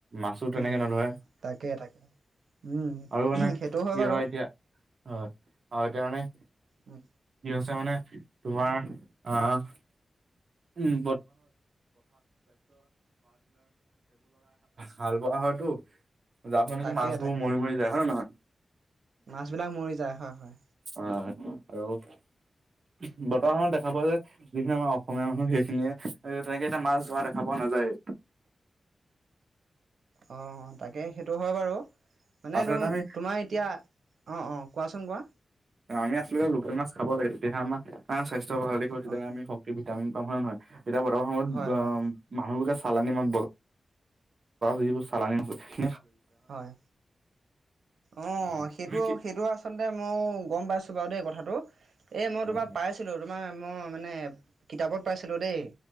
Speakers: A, on the right; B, on the right.
A: মাছো তেনেকে
B: উম
A: নধৰে।
B: তাকে তাকে উম
A: আৰু মানে
B: সেইটো
A: কি
B: বাৰু
A: হয় এতিয়া হয় আৰু এতিয়া মানে
B: উম,
A: কি হৈছে মানে তোমাৰ আহ উম। হাল বোৱা হয়তো, যাৰপৰা নেকি
B: তাকে
A: মাছবোৰ মৰি মৰি যায় হয় নে নহয়।
B: মাছ বিলাক মৰি যায়। হয়, হয়।
A: অ, আৰু বৰ্তমানত দেখা পোৱা যে যিখিনি আমাৰ অসমীয়া মানুহ সেইখিনিয়ে এ তেনেকে এটা মাছ ধৰা দেখা পোৱা নাযায়।
B: অ, তাকে সেইটো হয় বাৰু মানে
A: আচলতে
B: ত
A: আমি
B: তোমাৰ এতিয়া অ, অ। কোৱাচোন কোৱা।
A: আমি আচলতে লোকেল মাছ খাব লাগে তেতিয়াহে আমাৰ স্বাস্থ্য ভাল থাকিব তেতিয়াহে
B: অ'
A: আমি শক্তি, ভিটামিন হয়নে নহয়? এতিয়া বৰ্তমান সময়ত
B: হয়
A: আ'
B: হয়
A: মানুহবোৰ যে চালানি মাছ যিবোৰ চালানী মাছে
B: হয়। অ,
A: হয় হয়।
B: সেইটো
A: তুমি কি
B: সেইটো আচলতে মই গম পাইছো। বাৰু দেই কথাটো। এই মই
A: হয়
B: তোমাৰ
A: হয়।
B: পাইছিলোঁ তোমাৰ মই মানে কিতাপত পাইছিলোঁ দেই।